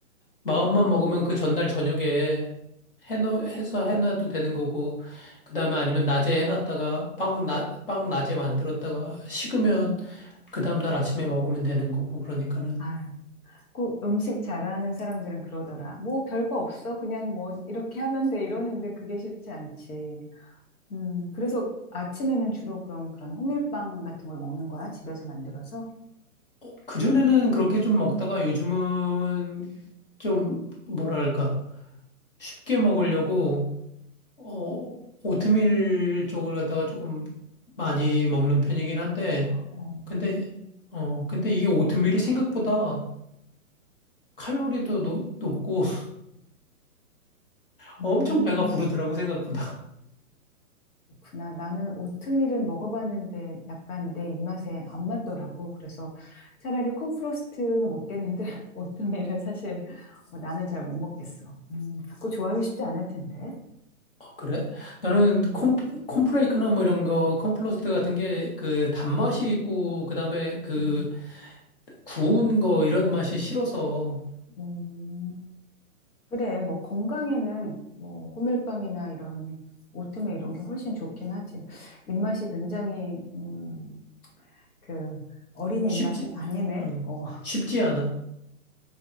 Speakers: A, on the left (about 40°); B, on the left (about 80°).
A: 마음만 먹으면 그 전날 저녁에 해놓, 해서 해놔도 되는 거고 그다음에 아니면 낮에 해놨다가 빵, 나, 빵 낮에 만들었다가 식으면 그 다음날 아침에 먹으면 되는 거고 그러니까는
B: 아유, 꼭 음식 잘하는 사람들은 그러더라. 뭐 별거 없어. 그냥 뭐 이렇게 하면 돼. 이러는데 그게 쉽지 않지. 음, 그래서 아침에는 주로 그럼 그런 호밀빵 같은 걸 먹는 거야? 집에서 만들어서?
A: 어, 그전에는 그렇게 좀 먹다가 요즘은 좀 뭐랄까 쉽게 먹으려고 어, 오트밀 쪽을 갖다가 조금 많이 먹는 편이긴 한데,
B: 아, 어.
A: 근데, 어, 근데 이게 오트밀이 생각보다 칼로리도 노- 높고 <laughs> 엄청
B: 음,
A: 배가 부르더라고, 생각보다. <laughs>
B: 그렇구나. 나는 오트밀은 먹어봤는데 약간 내 입맛에 안 맞더라고. 그래서 차라리 콘프로스트는 먹겠는데 <laughs> 오트밀은 사실 어, 나는 잘 못 먹겠어. 음, 그거 좋아하기 쉽지 않을 텐데.
A: 어, 그래? 나는
B: 음,
A: 콘, 콘플레이크나 뭐 이런 거, 콘플러스트 같은 게 그 단맛이 있고, 그 다음에 그
B: 음,
A: 구운 거 이런 맛이 싫어서
B: 음. 그래, 뭐 건강에는 뭐 호밀빵이나 이런 오트밀 이런 게 훨씬 좋긴 하지. 입맛이 굉장히 음, 그 어린이
A: 쉽지,
B: 입맛은 아니네.
A: 어,
B: 어,
A: 쉽지 않아.